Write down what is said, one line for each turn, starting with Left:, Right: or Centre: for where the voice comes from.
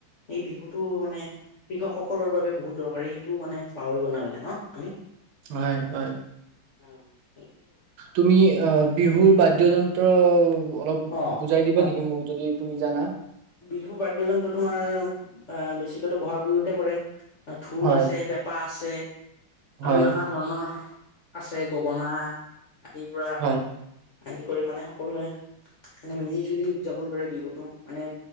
Left: সেই বিহুত টো মানে কৃষকসকলৰ বাবে বহুত দৰকাৰী সেইটো মানে পাহৰিব নালাগে ন আমি
Right: হয় হয়
Left: হ <unintelligible>
Right: তুমি অঁ বিহুৰ বাদ্যযন্ত্ৰ অলপ
Left: অ
Right: বুজাই দিবা
Left: হয়
Right: নেকি
Left: হয়
Right: মোক যদি তুমি জানা
Left: বিহু বাদ্যযন্ত্ৰ তোমাৰ বেছিকো বহাগ বিহুতে কৰে ঢোল
Right: হয়
Left: আছে পেঁপা আছে
Right: হয়
Left: আৰু নানা ধৰণৰ আছে গগনা আদিৰ পৰা
Right: হয়
Left: আদি কৰি মানে সকলোৱে মানে মিলি জুলি উদযাপন বিহুতটো মানে